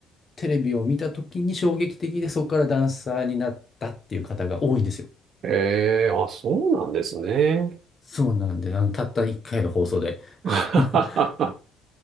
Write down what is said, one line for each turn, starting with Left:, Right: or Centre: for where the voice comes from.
Left: テレビを見た時に衝撃的で、そこからダンサーになったっていう方が多いんですよ。
Right: え、ええ、あ、そうなんですね。
Left: そうなんで、あの、たった1回の放送で。
Right: <laughs> ま
Left: <laughs>